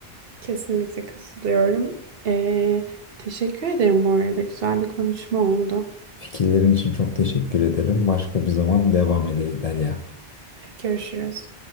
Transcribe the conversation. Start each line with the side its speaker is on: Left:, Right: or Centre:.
Right: Kesinlikle katılıyorum. Ee, teşekkür ederim bu arada. Güzel bir konuşma oldu.
Left: Fikirlerin için çok teşekkür ederim. Başka bir zaman devam ederiz Derya.
Right: Görüşürüz.